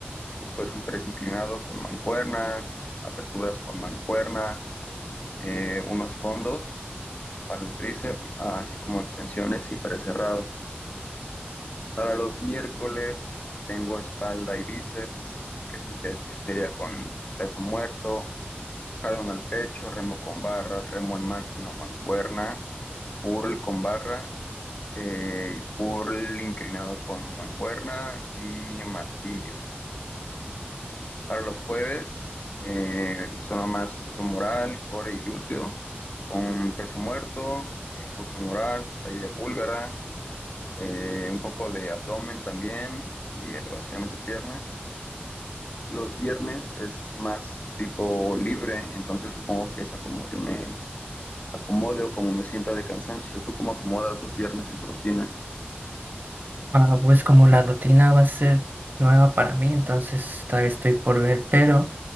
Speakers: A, on the left; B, on the right.
A: después un press inclinado con mancuernas, aperturas con mancuerna, eh, unos fondos para el tríceps, así como extensiones y press cerrado. Para los miércoles tengo espalda y bíceps, que sería con peso muerto, jalón al pecho, remo con barra, remo en máquina o mancuerna, curl con barra, eh, y curl inclinado con mancuerna y martillo. Para los jueves, eh, zona más femoral, core y glúteo, con peso muerto, eh, curva femoral, sentadilla búlgara, eh, un poco de abdomen también y elevaciones de pierna. Los viernes es más tipo libre, entonces supongo que es a como yo me acomode o como me sienta de cansancio. ¿Tú cómo acomodas los viernes en tu rutina?
B: Ah, pues como la rutina va a ser nueva para mí, entonces todavía estoy por ver, pero